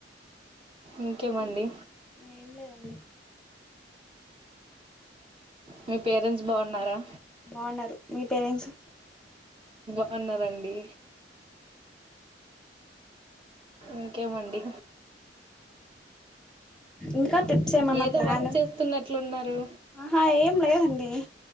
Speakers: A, on the right; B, in the centre.
A: ఇంకేమండి
B: ఏం లేదండి
A: మీ పేరెంట్స్ బావున్నారా
B: బావున్నారు మీ పేరెంట్స్
A: బావున్నారు అండి ఇంకేమండి
B: ఇంకా ట్రిప్స్ ఏమన్నా
A: ఏదో
B: ప్లాన్
A: వర్క్ చేస్తున్నట్లున్నారు
B: ఆహా ఏం లేదండి